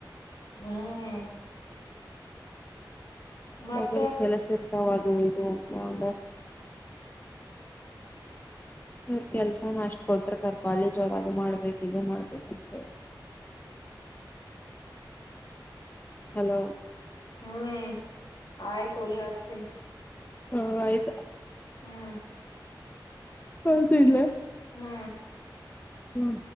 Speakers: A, on the left; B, on the left.
A: ಹ್ಮ್ ಮತ್ತ
B: ಮಗಳು ಕೆಲಸ ಇರ್ತಾವ ಅದು ಇದು ಅಂತ ಅ ಇವ್ರ ಕೆಲ್ಸನ ಅಷ್ಟು ಕೊಟ್ಟಿರ್ತರ ಕಾಲೇಜಒಳಗ ಅವ್ರ ಅದು ಮಾಡ್ಬೇಕು ಇದು ಮಾಡ್ಬೇಕಂತ ಹಲೋ
A: ಹ್ಮ್ ಆಯ ತ ಒಲಿ ಹಸ್ತಿ
B: ಹಾ ಆಯ್ತಾ
A: ಹ್ಮ್
B: ಆಯಿತ ಇಡ್ಲ್ಲ
A: ಹ್ಮ
B: ಹ್ಮ್